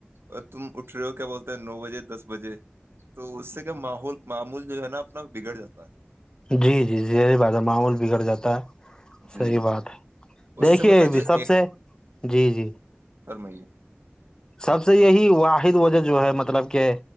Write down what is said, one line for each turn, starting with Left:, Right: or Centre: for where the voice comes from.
Right: اور تم اٹھ رہے ہو کیا بولتے ہیں نو بجے دس بجے تو اس سے کیا ماحول معمول جو ہے نا اپنا بگڑ جاتا ہے
Left: جی جی ری بات ہے معاول بگڑ جاتا <inaudible>
Right: جی
Left: صحیح بات ہے
Right: اس
Left: دیکھیے
Right: سے مطلب جو
Left: سب
Right: ایک
Left: سے جی جی
Right: فرمائیے <inaudible>
Left: سب سے یہی واحد وجہ جو ہے مطلب کہ